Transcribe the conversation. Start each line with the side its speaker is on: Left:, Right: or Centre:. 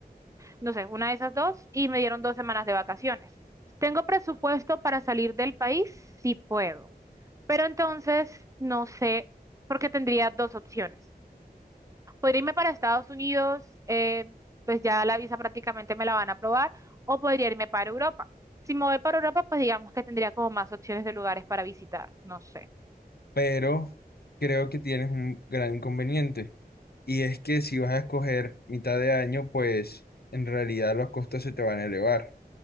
Right: no sé, una de esas dos, y me dieron dos semanas de vacaciones. ¿Tengo presupuesto para salir del país? Sí puedo. Pero entonces no sé, porque tendría dos opciones. Podría irme para Estados Unidos, eh, pues ya la visa prácticamente me la van a aprobar, o podría irme para Europa. Si me voy para Europa, pues digamos que tendría como más opciones de lugares para visitar, no sé.
Left: pero creo que tienes un gran inconveniente y es que si vas a escoger mitad de año, pues en realidad los costos se te van a elevar